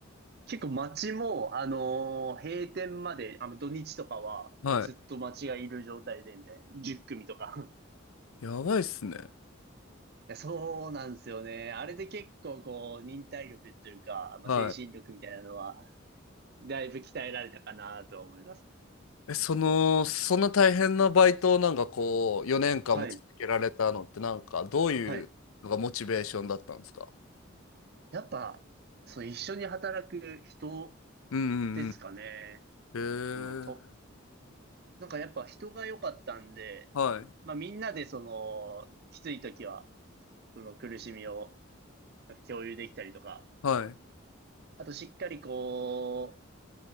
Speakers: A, on the right (about 50°); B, on the left (about 80°).
A: 結構街も、あのー閉店まで、あの、土日とかは、
B: い。
A: ずっと街がいる状態で、みたいな。10組とか。
B: やばいっすね。
A: <laughs> いやそうなんですよね。あれで結構、こう、忍耐力というか、まあ、
B: は
A: 精神力みたいなのは、だいぶ鍛えられたかなと思います。
B: い。え、その、そんな大変なバイトをなんかこう、4年間も続けられたのって、
A: はい。
B: なんかどういうのがモチベーションだったんですか
A: はい。やっぱ、その一緒に働く人
B: うんうん
A: ですかね。
B: うん。
A: そのと、
B: へえ。
A: なんかやっぱ人が良かったんで、
B: はい。
A: まあみんなでその、きつい時は、その苦しみをなんか共有できたりとか、
B: はい。
A: あとしっかりこ